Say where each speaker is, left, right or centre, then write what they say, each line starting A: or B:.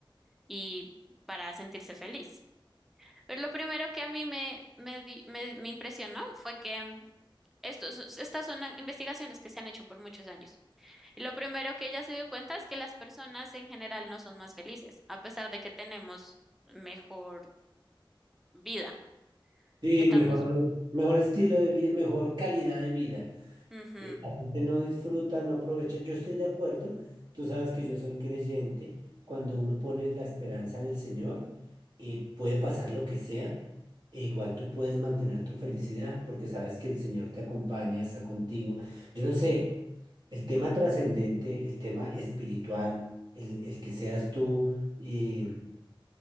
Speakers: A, in the centre; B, on the right.
A: y para sentirse feliz. Pero lo primero que a mí me, me, di- me, me impresionó fue que estos, estas son investigaciones que se han hecho por muchos años. Y lo primero que ella se dio cuenta es que las personas en general no son más felices, a pesar de que tenemos mejor vida.
B: sí,
A: Estamos...
B: mejor, mejor estilo de vida, mejor calidad de vida.
A: ujú.
B: eh, La gente no disfruta, no aprovecha. Yo estoy de acuerdo. Tú sabes que yo soy creyente. Cuando uno pone la esperanza en el Señor, eh, puede pasar lo que sea, e igual tú puedes mantener tu felicidad porque sabes que el Señor te acompaña, está contigo. Yo no sé, el tema trascendente, el tema espiritual, el, el que seas tú eh,